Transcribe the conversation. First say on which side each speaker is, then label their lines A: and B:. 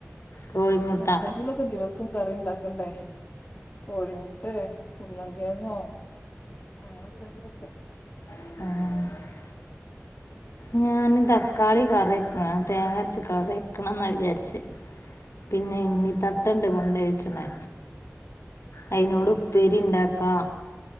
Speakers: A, on the left; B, on the left.
A: കോഴിമുട്ട
B: എന്തെങ്കിലുമൊക്കെ ദിവസം കറിയുണ്ടാ ക്കണ്ടേ. കോഴിമുട്ടെ, ഉള്ളംകെഴങ്ങോ അങ്ങനെ എന്തെങ്കിലും.
A: ഉം. ഞാന് തക്കാളി കറി വക്ക തേങ്ങ അരച്ച് കറി വക്കണം എന്നാ വിചാരിച്ച്. പിന്നെ എണ്ണി തട്ടുണ്ട് കൊണ്ടെ വച്ചണെ. അയിനോട് ഉപ്പേരി ഉണ്ടാക്കാം.